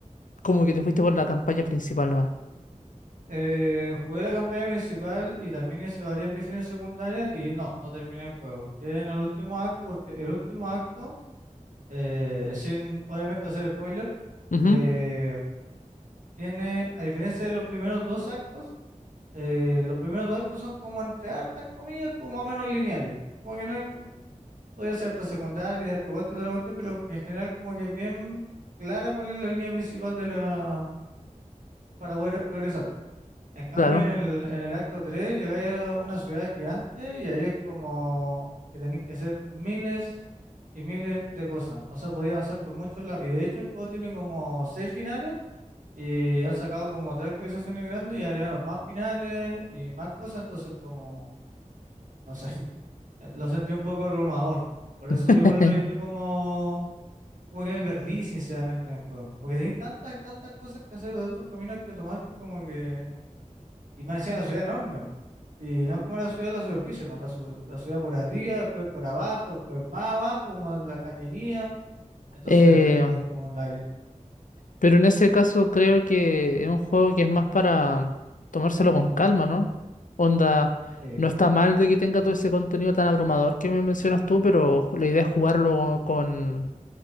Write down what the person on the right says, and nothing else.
Eh, jugué la campaña principal y también hice varias misiones secundarias y no, no terminé el juego. Quedé en el último acto porque el último acto, eh, sin obviamente hacer spoiler,
eh, tiene, a diferencia de los primeros dos actos, eh, los primeros dos actos son como entre hartas comillas, como más o menos lineales. Como que no hay podía hacer harta secundaria y darte vueltas y toda la cuestión, pero en general como que es bien clara cuál es la línea principal de la para poder progresar. En cambio,
en el, en el acto 3 llegáis a una ciudad gigante y ahí es como que tenéis que hacer miles y miles de cosas. O sea, podía avanzar por muchos lados. Y de hecho el juego tiene como seis finales y han sacado como tres actualizaciones grandes y agregaron más finales y más cosas. Entonces como, no sé, <laughs> lo sentí un poco abrumador. Por eso
igual lo dejé como Como que me perdí sinceramente en el juego. Porque hay tantas, tantas cosas que hacer, tantos caminos que tomar que como que... Y me decía la ciudad enorme. Y no como la ciudad de la superficie, ¿no? La, su- la ciudad por arriba, después por abajo, después más abajo, como en la cañería. Entonces,
o es como un laberinto.
Sí,